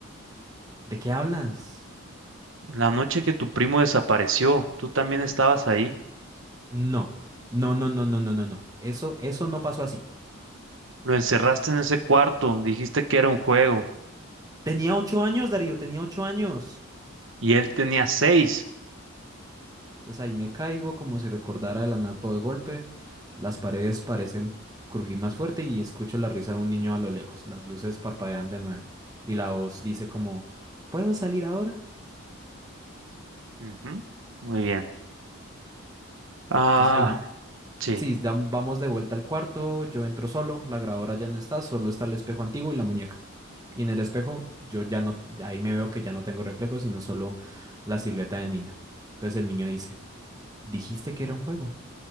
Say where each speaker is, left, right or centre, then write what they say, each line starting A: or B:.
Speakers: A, on the right (about 15°); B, on the right (about 60°).
A: ¿De qué hablas?
B: La noche que tu primo desapareció, tú también estabas ahí.
A: No, no, no, no, no, no, no, no. Eso, eso no pasó así.
B: Lo encerraste en ese cuarto, dijiste que era un juego
A: Tenía ocho años, Darío, tenía ocho años.
B: y él tenía seis.
A: Entonces ahí me caigo como si recordara el anato de golpe. Las paredes parecen crujir más fuerte y escucho la risa de un niño a lo lejos. Las luces parpadean de nuevo y la voz dice como, ¿puedo salir ahora?
B: Ujú, Muy bien. Ah,
A: Entonces ahí
B: sí.
A: Sí, dam- vamos de vuelta al cuarto, yo entro solo, la grabadora ya no está, solo está el espejo antiguo y la muñeca. Y en el espejo yo ya no, ahí me veo que ya no tengo reflejos, sino solo la silueta de niño. Entonces el niño dice, dijiste que era un juego.